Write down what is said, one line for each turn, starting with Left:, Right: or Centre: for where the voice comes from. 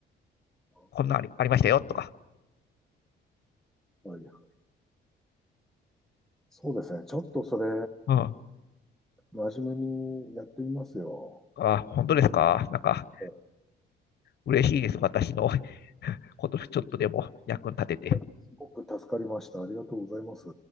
Centre: お
Left: こんなありありましたよとか。
Centre: うはいはい。そうですね。ちょっとそれ、
Left: うん。
Centre: 真面目にやってみますよ。
Left: あ、本当ですか。なんか、
Centre: え
Left: 嬉しいです。私の <laughs> ことちょっとでも役に立てて。
Centre: いやすごく助かりました。ありがとうございます。